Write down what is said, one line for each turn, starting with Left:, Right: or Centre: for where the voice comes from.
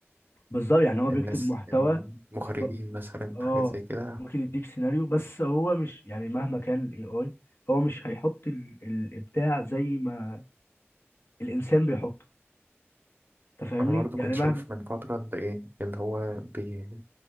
Left: بالظبط يعني هو بيكتب
Right: الناس
Left: محتوى
Right: المخرجين
Left: ب-
Right: مثلا
Left: اه
Right: حاجات زي كده
Left: ممكن يديك سيناريو بس هو مش يعني مهما كان الاي اي هو مش هيحط ال- الابداع زي ما الانسان بيحطه انت فاهمني
Right: أنا برضو
Left: يعني
Right: كنت
Left: مهما
Right: شايف من فترة ده إيه اللي هو بي